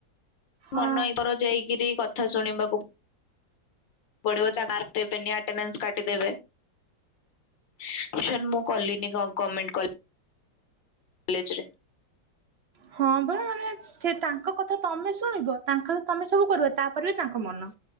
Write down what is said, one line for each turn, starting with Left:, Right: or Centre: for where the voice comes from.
Right: ହଁ।
Left: ମନେଇଙ୍କର ଯାଇକିରି କଥା ଶୁଣିବାକୁ ପଢ଼ିବ ଚା ମାର୍କ ଦେବେନି ଆଟେନାନ୍ସ କାଟିଦେବେ। ସାର ମୁଁ କଲିନି ଗ-ଗମେଣ୍ଟ କଲେଜ କଲେଜରେ।
Right: ହଁ ବା ମାନେ ସେ ତାଙ୍କ କଥା ତମେ ଶୁଣିବ ତାଙ୍କର ତମେ ସବୁ କରିବ ତାପରେ ବି ତାଙ୍କ ମନ